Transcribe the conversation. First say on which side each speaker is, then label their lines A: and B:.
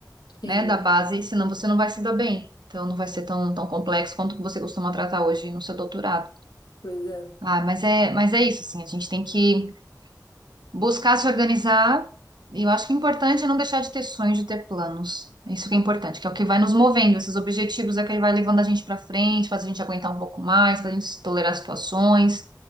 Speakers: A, on the left (about 75°); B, on the right (about 80°).
A: sim,
B: né? Da base, senão você não vai se dar bem. Então não vai ser tão, tão complexo quanto que você costuma tratar hoje no seu doutorado.
A: pois é.
B: Ah, mas é, mas é isso, assim, a gente tem que Buscar se organizar. E eu acho que o importante é não deixar de ter sonhos, de ter planos. Isso que é importante, que é o que vai nos movendo. Esses objetivos é que vai levando a gente para frente, faz a gente aguentar um pouco mais, faz a gente tolerar situações,